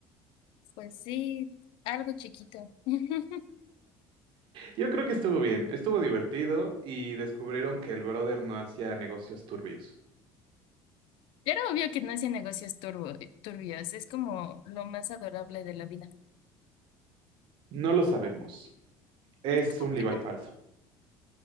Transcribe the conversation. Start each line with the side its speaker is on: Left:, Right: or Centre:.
Left: Pues sí, algo chiquito. <laughs>
Right: Yo creo que estuvo bien, estuvo divertido y descubrieron que el brother no hacía negocios turbios.
Left: Era obvio que no hacía negocios turbo, turbios, es como lo más adorable de la vida.
Right: No lo sabemos. Es
Left: ¿Cómo
Right: un
Left: que
Right: Levi
Left: no?
Right: falso.